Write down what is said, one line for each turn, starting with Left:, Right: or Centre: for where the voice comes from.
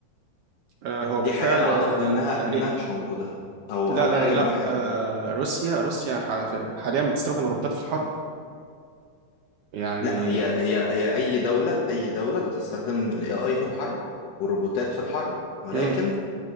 Right: آه، هو
Left: دي
Right: بالفعل
Left: حاجة انا اعتقد
Right: آه،
Left: انها
Right: تقريبا
Left: انها مش موجودة او
Right: لا
Left: او
Right: لا
Left: حاجة
Right: لا لا
Left: من وحي العلم
Right: آه، روسيا روسيا ح- حاليا بتستخدم الروبوتات في الحرب يعني
Left: لا هي هي هي اي دولة اي دولة بتستخدم الاي اي في الحرب والروبوتات في الحرب ولكن
Right: امم